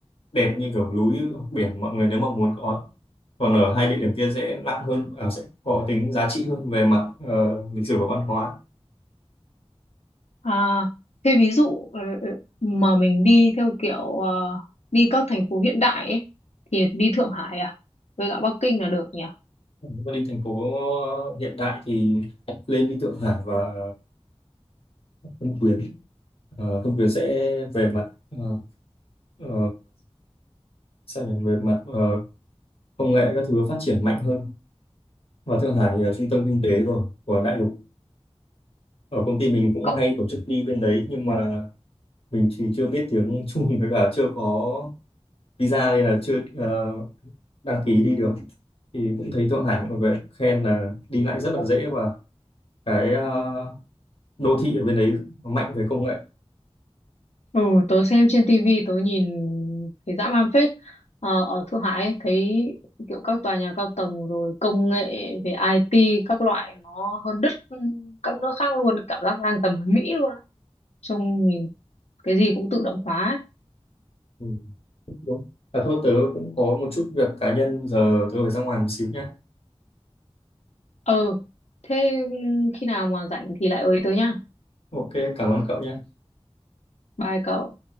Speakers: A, on the left (about 60°); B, on the left (about 80°).
A: đẹp như kiểu núi biển mọi người nếu mà muốn có còn ở hai địa điểm kia sẽ nặng hơn à, sẽ có tính giá trị hơn về mặt ờ, lịch sử và văn hóa
B: À, thế ví dụ ờ, mà mình đi theo kiểu ờ, đi các thành phố hiện đại ấy, thì đi Thượng Hải à với cả Bắc Kinh là được nhỉ?
A: Còn nếu mà đi thành phố hiện đại thì lên đi Thượng Hải và Thâm Quyến Ờ, Thâm Quyến sẽ về mặt ờ, ờ, sao nhỉ về mặt ờ, công nghệ các thứ phát triển mạnh hơn và Thượng Hải thì là trung tâm kinh tế rồi của đại lục ở công ty mình cũng
B: Cậu
A: hay tổ chức đi bên đấy nhưng mà mình thì chưa biết tiếng <laughs> Trung với cả chưa có visa nên là chưa ờ, đăng ký đi được thì cũng thấy Thượng Hải mọi người khen là đi lại rất là dễ và cái ờ, đô thị ở bên đấy nó mạnh về công nghệ
B: ừ tớ xem trên tivi tớ nhìn thấy dã man phết ờ, ở Thượng Hải ấy, thấy kiểu các tòa nhà cao tầng rồi công nghệ về IT các loại nó hơn đứt các nước khác luôn cảm giác ngang tầm với Mỹ luôn á trông nhìn cái gì cũng tự động hóa
A: ừ, đúng À thôi tớ cũng có một chút việc cá nhân giờ tớ phải ra ngoài một xíu nhé.
B: ờ thế khi nào mà rảnh thì lại ới tớ nhá
A: Ok, cảm ơn cậu nhé.
B: bye cậu